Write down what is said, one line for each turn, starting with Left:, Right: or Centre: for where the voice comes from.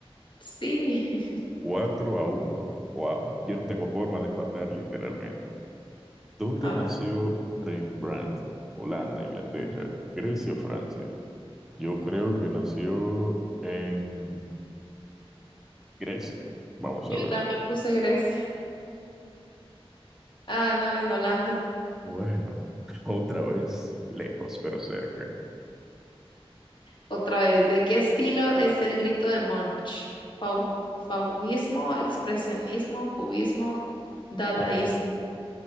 Left: Sí, <laughs>
Centre: Cuatro a uno. Wow, yo no tengo forma de empatar literalmente. ¿Dónde
Left: A
Centre: nació
Left: ver,
Centre: Rembrandt? Holanda, Inglaterra, Grecia o Francia. Yo creo que nació en Grecia. Vamos
Left: yo
Centre: a ver.
Left: también puse Grecia. Ah, no, en Holanda.
Centre: Bueno, <laughs> otra vez, lejos pero cerca.
Left: Otra vez, ¿de qué estilo es el grito de Munch? Fau- fauvismo, expresionismo, cubismo, dadaísmo.